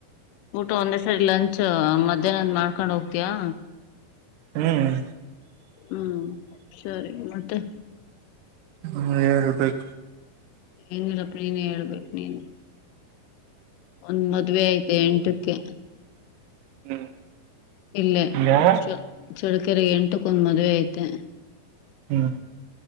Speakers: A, on the left (about 80°); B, on the right (about 80°).
A: ಊಟ ಒಂದೇ ಸರಿ ಲಂಚ್ ಮಧ್ಯಾಹ್ನದ್ ಮಾಡ್ಕೊಂಡ್ ಹೋಗ್ತಯಾ
B: ಹ್ಮ್
A: ಹ್ಮ್ ಸರಿ ಮತ್ತೆ
B: ಹ್ಮ್ ಹೇಳ್ಬೇಕು
A: ಏನಿಲ್ಲಪ್ಪ ನೀನೇ ಹೇಳ್ಬೇಕು ನೀನು ಒಂದ್ ಮದ್ವೆ ಐ್ತೆ ಎಂಟಕ್ಕೆ
B: ಹ್ಮ್
A: ಇಲ್ಲೇ
B: ಯಾ
A: ಚ ಚಳಕರ್ ಎಂಟಕ್ಕೊಂದ್ ಮದ್ವೆ ಐತೆ
B: ಹ್ಮ್